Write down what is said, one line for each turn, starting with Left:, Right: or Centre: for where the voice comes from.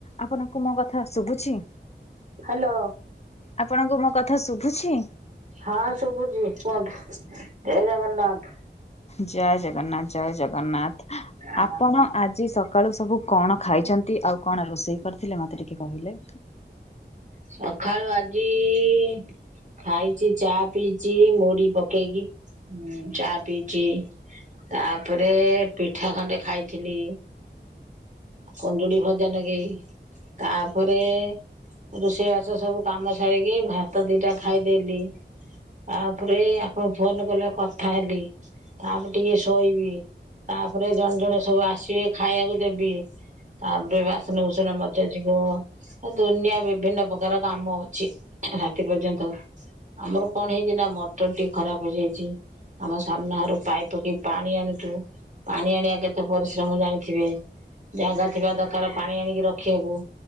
Left: ଆପଣଙ୍କୁ ମୋ କଥା ଶୁଭୁଛି?
Right: ହ୍ୟାଲୋ।
Left: ଆପଣଙ୍କୁ ମୋ କଥା ଶୁଭୁଛି?
Right: ହଁ ଶୁଭୁଛି କୁହନ୍ତୁ ଜୟ ଜଗନ୍ନାଥ?
Left: ଜୟ ଜଗନ୍ନାଥ ଜୟ ଜଗନ୍ନାଥ
Right: ଆ
Left: ଆପଣ ଆଜି ସ ସକାଳୁ ସବୁ କଣ ଖାଇଛନ୍ତି ଆଉ କଣ ରୋଷେଇ କରିଥିଲେ ମତେ ଟିକେ କହିଲେ?
Right: ସଖାଳୁ ଆଜି ଇ ଖାଇଛି ଚା ପିଇଛି ମୁଢ଼ି ପକେଇକି ଚା ପିଇଛି। ତାପରେ ପିଠା ଖଣ୍ଡେ ଖାଇଥିଲି। କୁନ୍ଦୁଡି ଭଜା ନଗେଇ ତାପରେ ରୁଷେଇବାସ ସବୁ କାମ ସାରିକି ଭାତ ଦିଟା ଖାଇଦେଲି। ଆପରେ ଆପଣ ଫୋନ କଲେ କଥା ହେଲି। ତାପରେ ଟିକେ ଶୋଇବି ତାପରେ ଜଣେ ଜଣେ ସବୁ ଆସିବେ ଖାଇବାକୁ ଦେବି। ତାପରେ ବାସନ କୁସନ ମଜା ଯିବ। ଦୁନିଆ ବିଭିନ୍ନ ପ୍ରକାର କାମ ଅଛି ରାତି ପର୍ଯ୍ୟନ୍ତ। ଆମର କଣ ହେଇଛି ନା ମଟର ଟି ଖରାପ ହୋଇଯାଇଛି। ଆମ ସାମ୍ନାଘରୁ ପାଇପ ପକେଇ ପାଣି ଆଣୁଛୁ ପାଣି ଆଣିବା କେତେ ପରିଶ୍ରମ ଜାଣିଥିବେ। ଜାଗା ଥିବା ଦରକାର ପାଣି ଆଣିକି ରଖିବାକୁ।